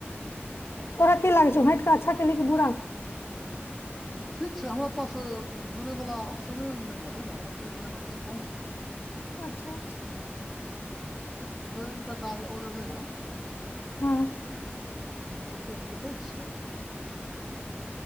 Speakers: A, on the left (about 70°); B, in the centre.
A: तोरा की लागै छो अच्छा केली कि बुरा
B: ठीक हमरा पास दूड़यवला ऑप्शने नहि रहलै ने हमरा नहि भेलै व्यवस्था न
A: अच्छा अच्छा
B: फेर एकटा काज ओर एलै हन
A: हाँ
B: देखलक देखै छियै